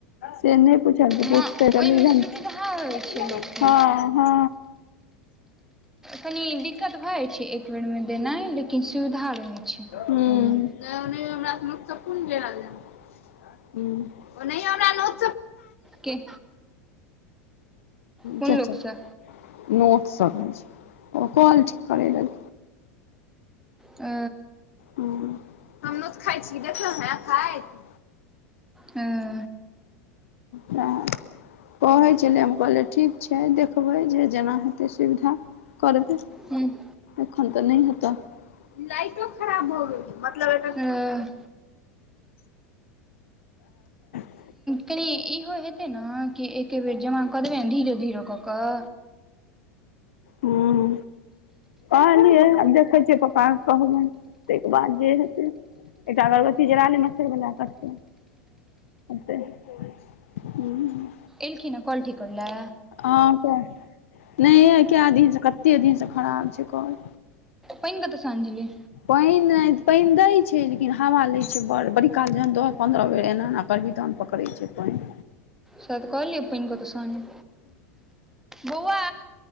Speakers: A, on the left (about 60°); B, in the centre.
A: से नहि पुछलके
B: माँ
A: पूछ तऽ
B: ओहिमे सुविधा होइ
A: <unintelligible>
B: छै लोकके
A: हँ हँ
B: कनि दिक्कत भऽ जाइ छै एक बेरमे देनाइ लेकिन सुविधा रहै छै।
A: हू नै
B: ओहिमे
A: ओ नै हमरा नतसँकून भेल ओनाहि हमरा न लोक
B: के कोन
A: चच्चा
B: लोकसँ
A: नोट सब ओ कोल ठीक करै रहल
B: अ
A: हं हम नोत खाय छी देखलहु हैं खाइत
B: हँ
A: त कहै छलै हम कहलियै ठीक। छै देखबै जे जेना हेतै सुविधा करबै।
B: हूँ
A: एखन तऽ नहि हेत, लाईटो खराब भ गेल मतलब
B: अ
A: <unintelligible>
B: कनि इहो हेतै ने कि एके बेर जमा कऽ देबै ने धीरे धीरे कऽ कऽ
A: हूं कहलीयै आब देखै छियै पप्पा बात कहबनि ताहिके बाद जे हेतै, एकटा अगरबत्ती जराले मच्छर बला कटतौ <unintelligible> हूं
B: एलखिन हे कौल ठीक करै ले?
A: हँ तऽ नहि आय कै दिन से कते दिन से खराब छै कौल।
B: पाइन कतऽ स अआनै छलियै?
A: पानि पानि दै छै लेकिन हवा लै छै बड़ बड़ी काल जखन दस पन्द्रह बेर एना एना करभी तहन पकड़ै छै पानि।
B: सैह त कहलीयौ पाइन कतऽ स आनी, बौआ